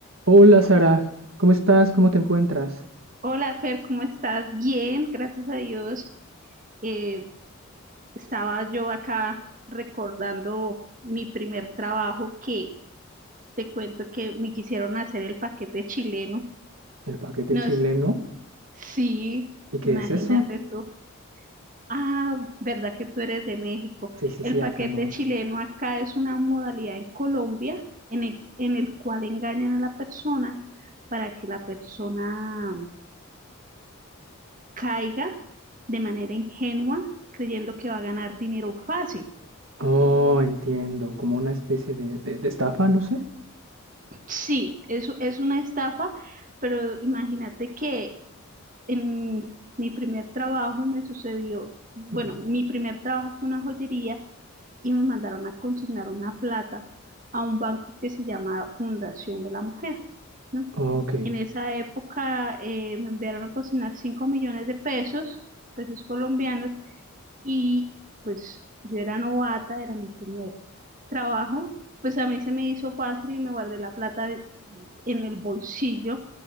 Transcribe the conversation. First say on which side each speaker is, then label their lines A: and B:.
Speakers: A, on the right (about 65°); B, on the right (about 35°).
A: Hola Sara, ¿cómo estás? ¿Cómo te encuentras?
B: Hola Fer, ¿cómo estás? Bien, gracias a Dios. Eh, estaba yo acá recordando mi primer trabajo que te cuento que me quisieron hacer el paquete chileno.
A: ¿El paquete
B: Nos,
A: chileno?
B: sí,
A: ¿Y qué
B: imagínate
A: es eso?
B: tú. Ah, ¿verdad que tú eres de México?
A: Sí, sí,
B: El
A: sí,
B: paquete
A: acá no.
B: chileno acá es una modalidad en Colombia en el, en el cual engañan a la persona para que la persona caiga de manera ingenua creyendo que va a ganar dinero fácil.
A: Oh, entiendo, como una especie de, de- de estafa, no sé.
B: Sí, eso es una estafa, pero imagínate que en mi primer trabajo me sucedió, bueno,
A: Uh,
B: mi primer trabajo fue una joyería y me mandaron a consignar una plata a un banco que se llama Fundación de la Mujer, ¿no?
A: ok,
B: En esa época eh, me enviaron a consignar 5 millones de pesos, pesos colombianos, y pues yo era novata, era mi primer trabajo, pues a mí se me hizo fácil y me guardé la plata de- en el bolsillo